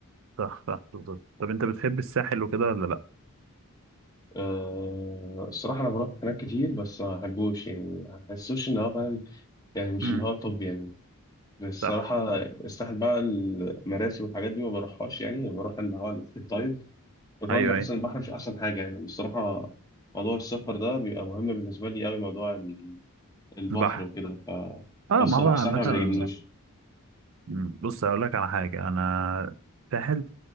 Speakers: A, on the right (about 65°); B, on the left (about 15°).
A: صح صح بالظبط طب انت بتحب الساحل وكده ولا لا
B: أه الصراحه انا بروح هناك كتير بس ما بحبوش يعني ما بحسوش ان هو فاهم يعني مش
A: أمم.
B: اللي هو طب يعني بس الصراحة
A: صح
B: الساحل بقى المراسي والحاجات دي ما بروحهاش يعني بروح اللي هو الاكتيف طيب وكمان
A: ايوه
B: بحس
A: ايوه
B: ان البحر مش احسن حاجة يعني الصراحة موضوع السفر ده بيبقى مهم بالنسبة لي قوي موضوع البحر
A: البحر
B: وكده ف
A: اه
B: فالصراحة
A: ما هو
B: الصراحة
A: نفس
B: ما بيعجبنيش
A: مثلا المسافة مم، بص هقول لك على حاجه انا ساحل